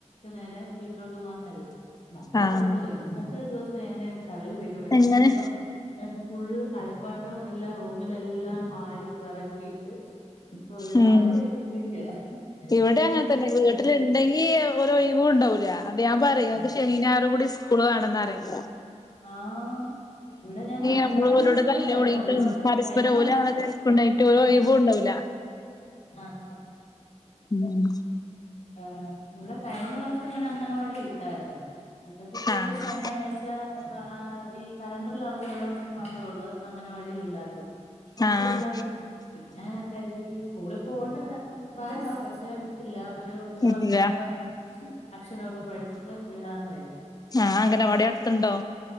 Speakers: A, on the left (about 65°); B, on the left (about 30°).
A: നേരെ വീട്ടിലോട്ട് പോന്നാല് നാളെ
B: ആഹ്
A: കുഴപ്പല്ല ഇന്നത്തെ ദിവസം എങ്ങനെയും തള്ളി നീ ക്കണം
B: അങ്ങനെ
A: ഇഞ്ഞി ഇപ്പൊ <unintelligible> ഫുള്ള് കളിപ്പാട്ടം എല്ലാം റൂമിലെല്ലാം വാരി പെറക്കിയിട്ട്. ഇപ്പൊ ഒരുമാതിരി
B: ഉം
A: ആക്കിയിട്ടിരിക്കുവാ
B: ഇവിടെ
A: ഇനിയിപ്പോ
B: അങ്ങനെ
A: എനിക്കിനി
B: തന്നെ വീട്ടിലുണ്ടെങ്കി
A: അടുത്ത
B: ഈ ഒര് ഒഴിവ് ഉണ്ടാവൂല ന്നിട്ട് ഞാൻ പറയും
A: ആ
B: അവക്ക് ശനിയും ഞായറും കൂടി സ്കൂള് വാണം ന്ന്റിം.
A: ആഹ്. ഇവിടെ ഞാൻ അങ്ങനവാടി
B: നമ്മള് ഓലോട്
A: വിട്ടവരുന്നു
B: തല്ല് കൂടിയിട്ടും
A: ഒരു വ
B: പരസ്പരം
A: കഴിഞ്ഞ
B: ഓല്
A: വർഷം
B: അങ്ങനെ തിരക്കുണ്ടായിട്ട് ഒരൊഴിവും
A: ആഹ്.
B: ഉണ്ടാവൂല
A: ആഹ് ആഹ്
B: ഉം
A: ആഹ്. ഇവിടെ കഴിഞ്ഞ വർഷം ഞാൻ അംഗനവാടി വിട്ടായിരുന്നു വിട്ടപ്പോഴത്തേക്ക്
B: ആഹ്
A: ശനിയാഴ്ച. ച്ച ഈ കലണ്ടറിൽ അവധി ഉള്ള ദിവസം മാത്രമേ ഉള്ളൂ അംഗനവാടി ഇല്ലാത്തത്. ബാക്കി
B: ആഹ്
A: എല്ലാ ദിവസും പിന്നെ കരുതി സ്കൂളിൽ പോകണ്ട പ്രായമാ പക്ഷെ വിട്ടില്ല. ഒരു ഒരു
B: ഇല്ല
A: വർഷം കൂടെ അക്ഷരമൊക്കെ പടിച്ചിട്ട് വിടാന്ന് കരുതി.
B: ആഹ് അകനവാടി അടത്ണ്ടോ?